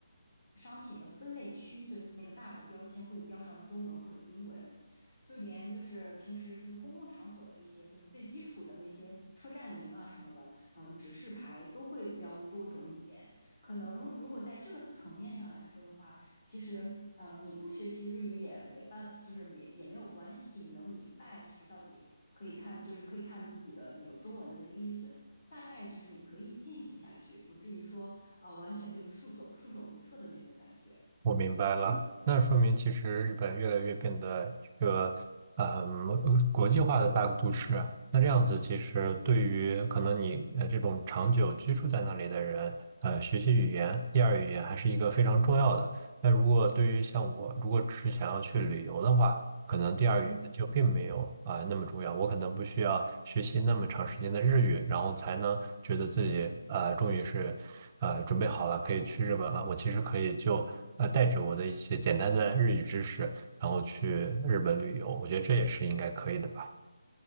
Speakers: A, on the left; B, on the right.
A: 商品的分类区，就那个大的标签会标上中文或者英文，就连就是平时就是公共场所的一些就是最基础的那些车站名啊什么的，嗯，指示牌都会标多种语言。可能如果在这个层面上来说的话，其实呃，你不学习日语也没办，就是没也没有关系，你能明白就是到底。可以看，就是可以看自己的那个中文的那个意思，大概就是你可以进行下去，不至于说啊、呃完全就是束手束手无策的那种感觉。
B: 我明白了，那说明其实日本越来越变得一个嗯呃国际化的大都市。那这样子，其实对于可能你呃这种长久居住在那里的人，呃，学习语言、第二语言还是一个非常重要的。那如果对于像我，如果只是想要去旅游的话，可能第二语言就并没有啊、
A: 嗯。
B: 那么重要。我可能不需要学习那么长时间的日语，然后才能觉得自己呃终于是呃准备好了，可以去日本了。我其实可以就呃带着我的一些简单的日语知识，然后去日本旅游。我觉得这也是应该可以的吧。